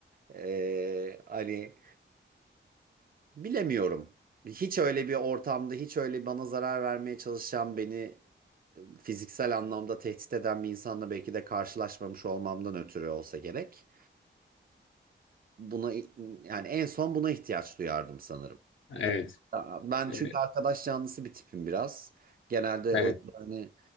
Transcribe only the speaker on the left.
Evet.
Ee,
Evet.